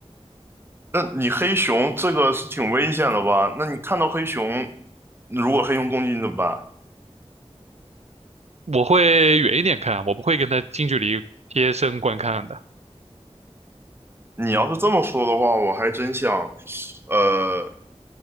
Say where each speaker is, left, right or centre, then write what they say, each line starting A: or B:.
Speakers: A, on the right; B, on the right.
A: 那你黑熊这个是挺危险的吧？那你看到黑熊，如果黑熊攻击你怎么办？
B: 我会远一点看，我不会跟它近距离贴身观看的。
A: 你要是这么说的话，我还真想，呃，